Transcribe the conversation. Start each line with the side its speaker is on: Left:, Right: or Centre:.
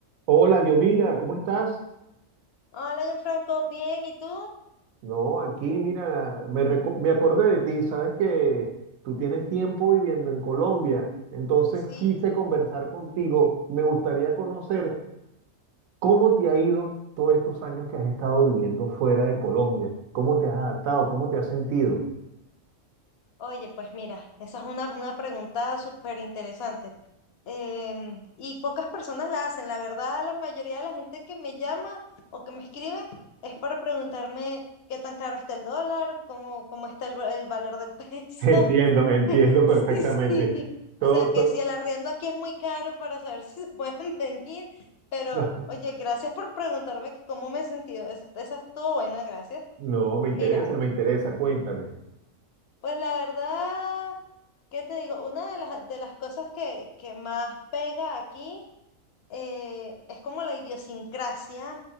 Right: Hola, Diomira, ¿cómo estás?
Left: Hola, Gianfranco, bien, ¿y tú?
Right: No, aquí, mira, me, reco- me acordé de ti, sabes que tú tienes tiempo viviendo en Colombia, entonces
Left: Sí,
Right: quise conversar contigo. Me gustaría conocer cómo te ha ido todos estos años que has estado viviendo fuera de Colombia, cómo te has adaptado, cómo te has sentido.
Left: Oye, pues mira, esa es una, una pregunta súper interesante. Em, y pocas personas la hacen. La verdad, la mayoría de la gente que me llama o que me escribe es para preguntarme qué tan caro está el dólar, cómo, cómo está el, va- el valor del peso.
Right: <laughs> Entiendo,
Left: <laughs>
Right: entiendo perfectamente.
Left: Sí, sí.
Right: Todo,
Left: O sea, que
Right: todo-
Left: si el arriendo aquí es muy caro para saber si se pueden <laughs> venir. Pero,
Right: <laughs>
Left: oye, gracias por preguntarme que cómo me he sentido. Esa, esa estuvo buena, gracias.
Right: no, me interesa,
Left: Mira,
Right: me interesa, cuéntame.
Left: Pues la verdad, ¿qué te digo? Una de las, de las cosas que, que más pega aquí eh, es como la idiosincrasia